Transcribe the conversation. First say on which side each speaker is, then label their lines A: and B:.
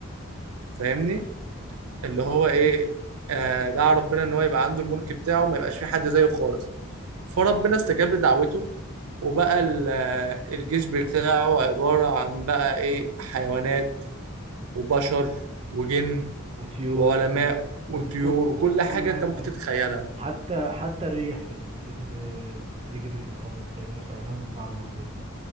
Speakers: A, on the right; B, on the right.
A: فاهمني اللي هو ايه آه دعا ربنا ان هو يبقى عنده الملك بتاعه ما يبقاش في حد زيه خالص فربنا استجاب لدعوته وبقى ال- آه، الجيش بتاعه عباره عن بقى ايه حيوانات وبشر وجن
B: وطيور
A: وعلماء
B: و-
A: وطيور
B: وكل
A: وكل حاجه
B: كل حاجة
A: انت ممكن تتخيلها
B: حتى حتى الريح كانت بت... ب- بتجري بأمر سيدنا سليمان من بعد ربنا